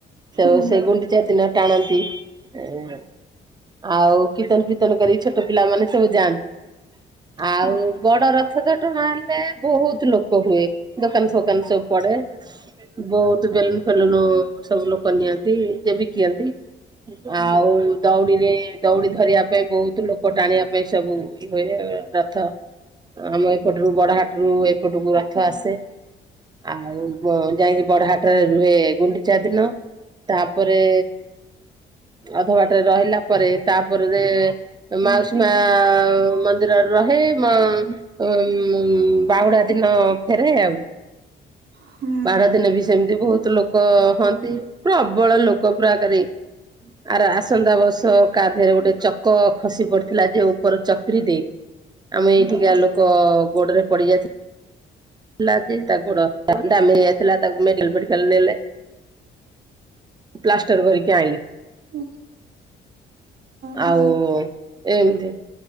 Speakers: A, on the right; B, on the right.
A: ସେ
B: ହୁଁ
A: ଓ ସେ ଗୁଣ୍ଡିଚା ଦିନ ଟାଣନ୍ତି। ଉଁ ଆଉ କୀର୍ତ୍ତନ ଫୀର୍ତ୍ତନ କର ଛୋଟ ପିଲାମାନୋନେ ସବୁ ଯାଆନ୍ତି। ଆଉ
B: ହଉ
A: ବଡ ରଥ ତ ଟଣା ହେଲେ ବୋହୁତ ଲୋକ ହୁଏ ଦୋକାନ ଫୋକାନ ସବୁ ପଡ଼େ ବୋହୁତ ବେଲୁନ୍ ଫେଲୁନ୍ ସବୁ ଲୋକ ନିଅନ୍ତି ଯେ ବିକିନ୍ତି। ଆଉ ଦଉଡ଼ିରେ ଦଉଡ଼ି ଧରିବା ପାଇଁ ବୋହୁତ ଲୋକ ଟାଣିବା ପାଇଁ ସବୁ ଇ ହୁଏ ରଥ ଆମ ଏପଟୁରୁ ବଡ଼ହାଟରୁ ଏପଟୁକୁ ରଥ ଆସେ ଆଉ ବ ଯାଇଁକି ବଡ଼ହାଟରେ ରୁହେ ଗୁଣ୍ଡିଚା ଦିନ। ତାପରେ ଅଧ ବା ଟ୍ ରେ ରହିଲା ପରେ ତାପରେ ମାଉସୀ ମା ମନ୍ଦିରରେ ରହେ ମ ଉଁ ବାହୁଡ଼ା ଦିନ ଫେରେ ଆଉ।
B: ହୁଁ
A: ବାହୁଡ଼ା ଦିନେ ବି ସେମତି ବୋହୁ ଲୋକ ହୁଅନ୍ତି ପ୍ରବଳ ଲୋକ ପୁରାକାରେ ଆର ଆସନ୍ତା ବର୍ଷ କାଧେରେ ଗୋଟେ ଚକ ଖସି ପଡ଼ିଥିଲା ଯେ ଉପର ଚକ୍ରିଟେ ଆମେ ଏଇଠିକା ଲୋକ ଗୋଡ଼ରେ ପଡ଼ି ଯାଇଥି ଲା ଯେ ତା ଗୋଡ଼ <unintelligible> ଦାମିରି ଆଇଥିଲା ତାକୁ ମେଡ଼ିକାଲ୍ ଫେଡ଼ିକାଲ୍ ନେଲେ। ପ୍ଲା ଷ୍ଟର୍ କରିକି ଆଇଁଲେ।
B: ହୁଁ ହଉ
A: ଆଉ ଏମତି